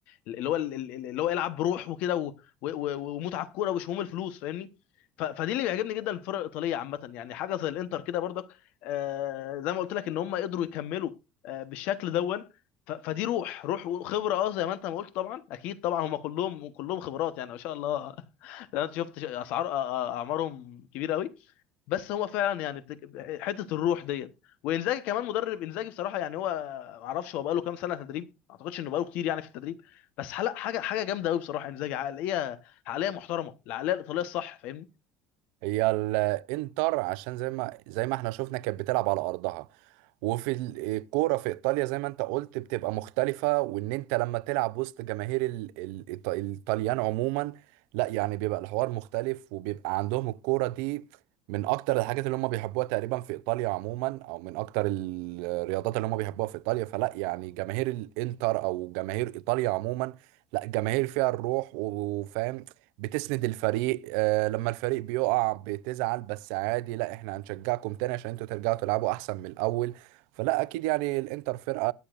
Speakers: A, on the left (about 55°); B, on the right (about 85°).
A: اللي هو اللي هو يلعب بروح وكده و- و- ومتعه الكوره وشموم الفلوس فاهمني ف- فدي اللي بيعجبني جدا الفرق الايطاليه عامه يعني حاجه زي الانتر كده برضك آه، زي ما قلت لك ان هم قدروا يكملوا آه، بالشكل دون ف- فدي روح روح وخبره اه زي ما انت ما قلت طبعا اكيد طبعا هم كلهم كلهم خبرات يعني ما شاء الله <laughs> انا شفت اسعار أ- أ- اعمارهم كبيره قوي بس هو فعلا يعني بتك... حته الروح ديت وانزاجي كمان مدرب انزاجي بصراحه يعني هو ما اعرفش هو بقاله كام سنه تدريب ما اعتقدش انه بقاله كتير يعني في التدريب بس حلق حاجه حاجه جامده قوي بصراحه انزاجي عقليه عقليه محترمه العقليه الايطاليه الصح فاهمني
B: هي الانتر عشان زي ما زي ما احنا شفنا كانت بتلعب على ارضها وفي ال- الكوره في ايطاليا زي ما انت قلت بتبقى مختلفه وان انت لما تلعب وسط جماهير ال- ال- الإيط- الايطاليان عموما لا يعني بيبقى الحوار مختلف وبيبقى عندهم الكوره دي من اكتر الحاجات اللي هم بيحبوها تقريبا في ايطاليا عموما او من اكتر ال- الرياضات اللي هم بيحبوها في ايطاليا فلا يعني جماهير الانتر او جماهير ايطاليا عموما لا جماهير فيها الروح وفاهم بتسند الفريق آه، لما الفريق بيقع بتزعل بس عادي لا احنا هنشجعكم تاني عشان انتوا ترجعوا تلعبوا احسن من الاول فلا اكيد يعني الانتر فرقة